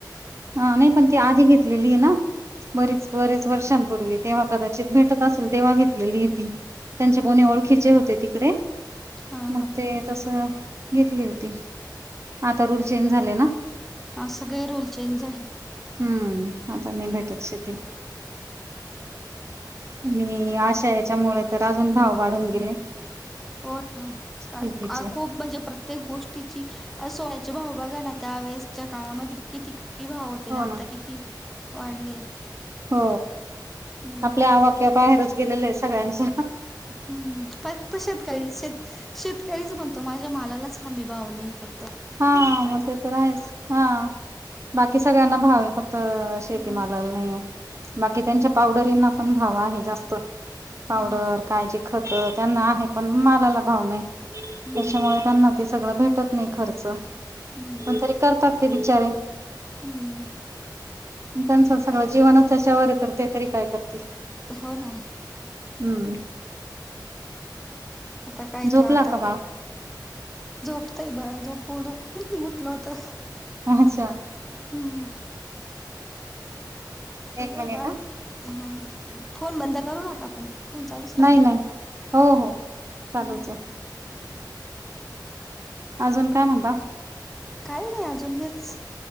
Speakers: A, on the right; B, in the centre.
A: हा. नाही पण ती आधी घेतलेली ए ना? बरीच बरीच. वर्षांपूर्वी. तेव्हा कदाचित भेटत असेल तेव्हा घेतलेली ए ती. त्यांचे
B: हम्म
A: कोणी ओळखीचे होते. तिकडे,
B: हा
A: मग ते तस घेतली होती, आता रूल चेंज झाले ना.
B: अस काय रूल चेंज झालेत.
A: हम्म आता मी भेटत शेती आणि आश्या हेच्यामुळे तर अजून भाव वाढून गेले
B: हो ना
A: शेतीचे
B: काय खूप म्हणजे प्रत प्रत्येक गोष्टीची सोन्याची भाव बघा ना त्यावेेळेसच्या काळामध्ये किती किती भाव होते
A: हो
B: आणि
A: ना
B: आता किती वाढले
A: हो
B: हम्म
A: आपल्या आवाक्या बाहेरच गेलेलं आहे सगळ्यांच
B: हम्म फक्त शेतकरी शेत शेत तरीच म्हणतो माझ्या मालालाच हमी भाव नाही फक्त
A: हा
B: पाहिजे
A: मग ते तर आहेच हा बाकी सगळ्यांना भाव आहे फक्त शेतीमालाला
B: मग
A: नाहीये बाकी त्यांच्या पावडरींना पण भाव आहे जास्त पावडर
B: हा
A: काय खत त्यांना आहे पण मालाला भाव नाही
B: हम्म
A: त्याच्यामुळे त्यांना ते सगळं भेटत नाही खर्च पण
B: हम्म
A: तरी करतात ते बिचारे
B: हम्म
A: त्यांचं सगळं जीवनच त्याच्यावर तर ते तरी काय करतील
B: हो ना..
A: हम्म..
B: आता काय
A: झोपला
B: ते आता
A: का बाळ
B: ते झोपतय बाळ झोपवलं उठलं होत..
A: अच्छा!
B: हम्म.. झोपतंय
A: एक
B: हा
A: मिनिट
B: हा.. बाळ हा फोन बंद करू नका पण फोन चालूच राहू
A: नाही
B: द्या.
A: नाही.. हो
B: अ
A: हो.. चालूच
B: हम्म
A: आहे. अजून काय म्हणता?
B: काही नाही. अजून हेच,